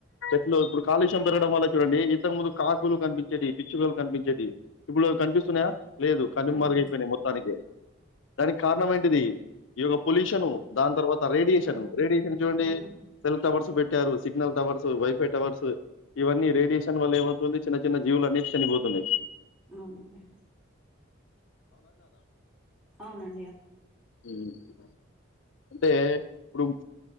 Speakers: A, on the left (about 70°); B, in the centre.
A: చెట్లు ఇప్పుడు కాలుష్యం పెరగడం వల్ల చూడండి ఇంతకముందు కాకులు కనిపించేటియి పిచ్చుకలు కనిపించేటియి ఇప్పుడు డ్ కనిపిస్తున్నాయా లేదు కనుమరుగయిపోయినయ్
B: ప్రార్థన చేస్తారు
A: మొత్తానికే దానికి కారణమేంటిది ఈ ఒక పొల్యూషను దాని తర్వాత త రేడియేషను
B: అవునండి
A: రేడియేషన్ని చూడండి
B: అవునండి
A: సెల్టవర్స్ పెట్టారు సిగ్నల్ టవర్సు వైఫై టవర్సు ఇవన్నీ రేడియేషన్ వల్ల ఏమవుతుంది చిన్న చిన్న జీవులు అన్ని చనిపోతున్నాయి
B: అవునండీ అవునండ్
A: ఉహ్మ్ అంటే ఇపుడ్మ్